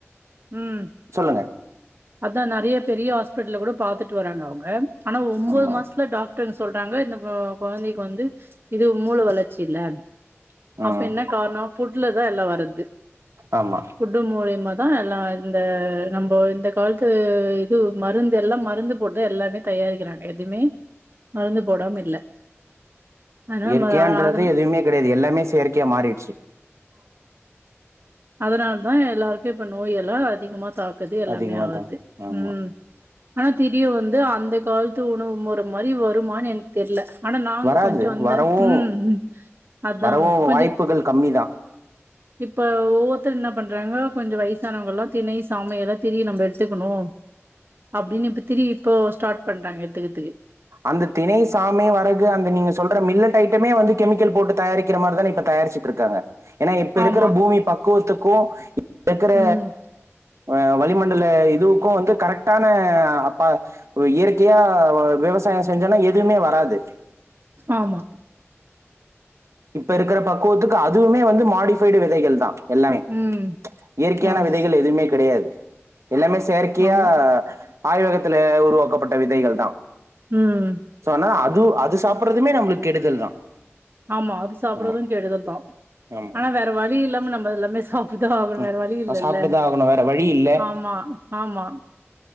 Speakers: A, on the right; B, on the right.
A: ம்
B: சொல்லுங்க
A: அதா நெறைய பெரிய ஹாஸ்பிட்டல கூட பாத்துட்டு வராங்க அவங்க ஆனா ஒம்போது
B: ஆமா
A: மாசத்துல டாக் ட்டுன் சொல்ட்டாங்க இந்த கொழந்தைக்கு வந்து இது மூள வளர்ச்சி இல்ல
B: ம்
A: அப்ப என்ன காரணம் ஃபுட் லதா எல்லா வருது
B: ஆமா
A: ஃபுட்டு மூலியமாதா எல்லா அ நம்போ இந்த காலத்து இது மருந்து எல்லா மருந்து போட்டு எல்லாமே தயாரிக்கிறாங்க எதுவுமே மருந்து போடாம இல்ல அதனால
B: இயற்கையான்றது
A: ம அ அதன்
B: எதுவுமே கெடையாது எல்லாமே செயற்கையா மாறிடுச்சு
A: அதனால தா எல்லாருக்கு இப்ப நோய் எல்லா அதிகமா தாக் கது எல்லா
B: அதிகமா
A: ஒன்னுமே ஆவாது
B: தா ஆமா
A: உம் ஆனா தெரிய வந்து அந்த காலத்து உணவு முற மாரி வருமானு எனக்கு தெர்ல ஆனா நாங்க
B: வராது
A: கொஞ்சோ அந்த
B: வரவு
A: ம் ம் அதா
B: வரவு
A: கொஞ்சோ
B: வாய்ப்புகள் கம்மி தா.
A: இப்ப ஒவ்வொருத்தர் என்ன பண்றாங்க கொஞ்சொ வயசானவங்க எல்லா திணை, சாமை எல்லா திரி நம்ம எடுத்துக்கணு அப்டின்னு இப்ப திரி இப்போ ஸ்டார்ட் பண்றாங்க எத்துக்கதுக்கு.
B: அந்த திணை, சாமை, வரகு அந்த நீங்க சொல்ற மில்லட் ஐட்டமே வந்து கெமிக்கல் போட்டு தயாரிக் கிற மாரிதானே இப்ப தயாருச்சுட்டு இருக்காங்க ஏன்னா இப்ப இருக்குற
A: ஆமா
B: பூமி பக்குவத்து கு இ ப்பக்குற
A: ம்
B: அ வளிமண்டல இ துவுக்கு வந்து கரெக்ட்டான அப்பா இயற்கையா விவசா சாயோ செஞ்சோன்னா எதுமே வராது
A: ஆமா
B: இப்ப இருக்குற பக்குவத்துக்கு அதுவுமே வந்து மாடிஃபைட் விதைகள் தா எல்லாமே
A: ம்
B: இயற்கையான
A: ஆமா
B: விதைகள் எதுமே கெடையாது. எல்லாமே செயற்கையா
A: ஆமா
B: ஆய்வகத்துல உருவாக்கப்பட்ட விதைகள் தா
A: உம்
B: சோ ஆனா அது அது சாப்பட்றதுமே நமளுக்கு கெடுதல் தா
A: ஆமா அது சாப்படறது
B: ஆமா
A: கெடுதல் தா.
B: ஆமா
A: ஆனா வேற வழி இல்லாம நம்ம எல்லாமே சாப்டுதா ஆகணு.
B: ம்
A: வேற வழி இல்லல்ல.
B: சாப்ட்டுதா ஆகணு வேற வழி இல்ல
A: ஆமா ஆமா